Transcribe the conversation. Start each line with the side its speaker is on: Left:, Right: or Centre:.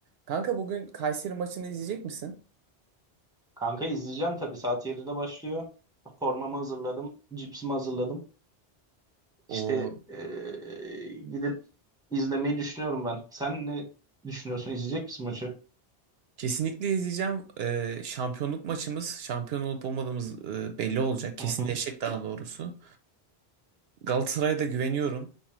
Right: Kanka bugün Kayseri maçını izleyecek misin?
Centre: Kanka izleyeceğim tabii. Saat 7'de başlıyor. Formamı hazırladım. Cipsimi hazırladım.
Right: O
Centre: İşte eee, gidip izlemeyi düşünüyorum ben. Sen ne düşünüyorsun? İzleyecek misin maçı?
Right: kesinlikle izleyeceğim. Ee, şampiyonluk maçımız, şampiyon olup olmadığımız e, belli olacak. Kesinleşecek
Centre: Hı hı.
Right: daha doğrusu. Galatasaray'a da güveniyorum.